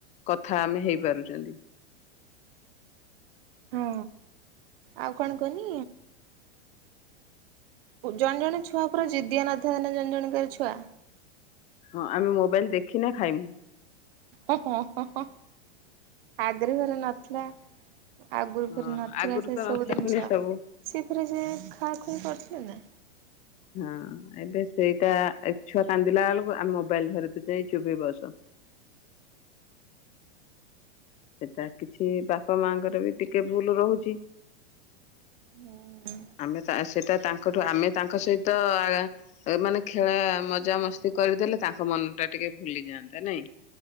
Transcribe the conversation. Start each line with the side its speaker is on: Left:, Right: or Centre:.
Left: କଥା ଆମେ ହେଇପାରୁଛନ୍ତି।
Right: ହଁ ଆଉ କଣ କହିଲି ଜଣେ ଜଣେ ଛୁଆ ପୁର ଜିଦିଆ ନଥା ନା ଜଣେ ଜଣଙ୍କର ଛୁଆ।
Left: ହଁ ଆମେ ମୋବାଇଲ ଦେଖିନେ ଖାଇମୁ
Right: ଓ ହଁ ହଁ ହଁ ହଁ ଆଗରେ ଘରେ ନ ନା ଆଗରୁ
Left: ହଁ
Right: ଘରେ ନଥିଲେ
Left: ଆଗରୁ
Right: ସେ
Left: ତ
Right: ସବୁ
Left: ନଥିଲା
Right: ଜିନିଷ
Left: ପୁଣି ସବୁ
Right: ସିଏ ପରେ ସେ ଖା ଖୁଇ କରି ନା ନା
Left: ହଁ ଏବେ ସେଇଟା ଛୁଆ କାନ୍ଦିଲା ବେଳକୁ ଆମ ମୋବାଇଲ ଧରେଇ ଦେଉଛେ ଏ ଚୁପ ହେଇ ବସ। ସେଟା କିଛି ବାପା ମାଙ୍କର ବି ଟିକେ ଭୁଲ ରହୁଛି
Right: ହୁଁ
Left: ଆମେ ସେଟା ତାଙ୍କଠୁ ଆମେ ତା ତାଙ୍କ ସହିତ ଅ ମାନେ ଖେଳା ମଜା ମସ୍ତି କରିଦେଲେ ତାଙ୍କ ମନ ଟା ଟିକେ ଭୁଲି ଯାଆନ୍ତା ନାଇଁ।